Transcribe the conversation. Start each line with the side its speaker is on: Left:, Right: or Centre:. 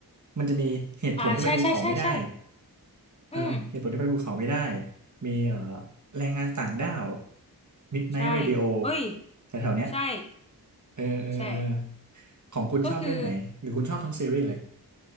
Right: มันจะมีเหตุผลที่ไปภูเขาไม่ได้
Left: อ่าใช่ใช่ใช่ใช่
Right: เออเหตุผลที่ไปภูเขาไม่ได้
Left: อืม
Right: มีเอ่อแรงงานต่างด้าว Midnight
Left: ใช่
Right: Radio
Left: เอ้ย
Right: แถวๆเนี้ย
Left: ใช่
Right: เออเออเออ
Left: ใช่
Right: ของคุณชอบเรื่องไหน
Left: ก็คือ
Right: หรือคุณชอบทั้งซีรีส์เลย